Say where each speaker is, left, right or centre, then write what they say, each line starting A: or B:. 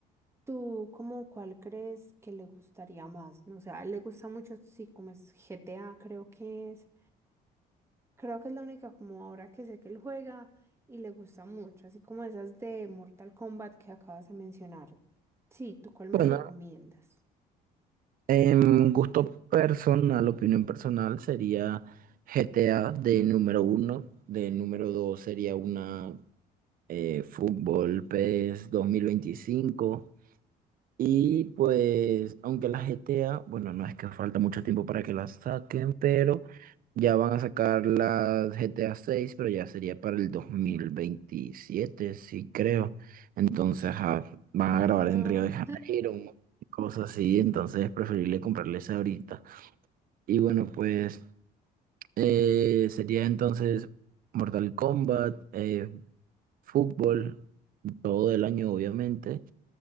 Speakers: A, on the right (about 15°); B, on the right (about 55°).
A: ¿tú como cuál crees que le gustaría más? No, o sea, le gusta mucho, sí, como es GTA, creo que es. Creo que es la única como ahora que sé que él juega y le gusta mucho, así como esas de Mortal Kombat que acabas de mencionar. Sí, ¿tú cuál me
B: Bueno,
A: recomiendas?
B: en gusto personal, opinión personal, sería GTA de número uno, de número dos sería una eh, Fútbol PES veinticinco Y pues, aunque la GTA, bueno, no es que falta mucho tiempo para que la saquen, pero ya van a sacar la GTA 6, pero ya sería para el 2027, sí creo. Entonces, ajá, van a grabar
A: No.
B: en Río de Janeiro, cosas así, entonces es preferible comprarles ahorita. Y bueno, pues eh, sería entonces Mortal Kombat, eh, fútbol, todo el año obviamente.